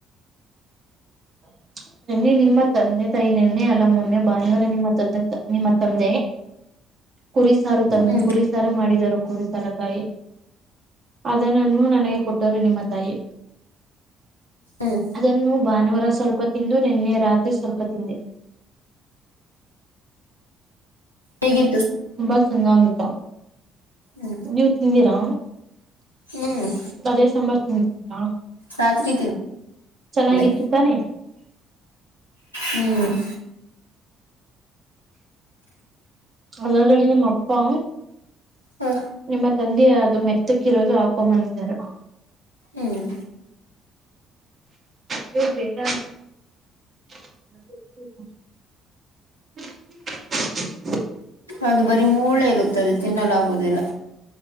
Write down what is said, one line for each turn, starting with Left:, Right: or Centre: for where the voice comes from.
Right: <inaudible> ನನ್ನೆ ನಿಮ್ಮ ತಂದೆ ತಾಯಿ ನೆನ್ನೆ ಅಲ್ಲ ಮೊನ್ನೆ ಭಾನುವಾರ ನಿಮ್ಮ ತಂದೆ ನಿಮ್ಮ ತಂದೆ ಕುರಿಸಾರು ತಂದ
Left: ಹ್ಮ್
Right: ಕುರಿಸಾರು ಮಾಡಿದರು ಕುರಿ ತಲಕಾಯಿ ಅದನ್ನನ್ನುೂ ನನಗೆ ಕೊಟ್ಟರು ನಿಮ್ಮ ತಾಯಿ
Left: ಹ್ಮ್
Right: ಅದನ್ನು ಭಾನುವಾರ ಸ್ವಲ್ಪ ತಿಂದು ನಿನ್ನೆ ರಾತ್ರಿ ಸ್ವಲ್ಪ ತಿಂದೆ
Left: ಹೇಗಿ
Right: ತುಂಬಾ ಚೆನ್ನಾಗಿ ಆಯ್ತೆ
Left: ಹ್ಮ್
Right: ನೀವು ತಿಂದಿರಾ
Left: ಹ್ಮ್
Right: ಅೇ ಸಂಬರ್ಿಸಿದ್ದಿಯಾ
Left: ರಾತ್ರಿ
Right: ಚೆನ್ನಾಗಿತ್ತು
Left: ತಿಂದೆ
Right: ತಾನೆ
Left: ಹ್ಮ್
Right: ಅ ಕಡಿ ನಿಮ್ಮ ಅಪ್ಪಾ
Left: ಹಾ
Right: ನಿಮ್ಮ ತಂದೆ ಅದು ಮೆತ್ತಕ್ಕಿರೋದು ಹಾಕೊಂಬಂದರು
Left: ಹ್ಮ್
Right: ನೀವು ಬೇಡ ಹ
Left: ಅದು ಬರೀ ಮೂಳೆ ಇರುತ್ತದೆ ತಿನ್ನಲುಾಗುವುದಿಲ್ಲ